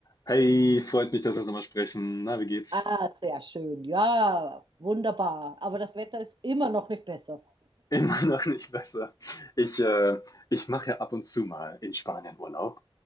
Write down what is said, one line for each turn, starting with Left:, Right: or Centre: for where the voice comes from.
Left: Hey, freut mich, dass wir uns nochmal sprechen. Na, wie geht's?
Right: Ah, sehr schön. Ja, wunderbar. Aber das Wetter ist immer noch nicht besser.
Left: Immer <laughs> noch nicht besser. Ich, äh, ich mache ja ab und zu mal in Spanien Urlaub,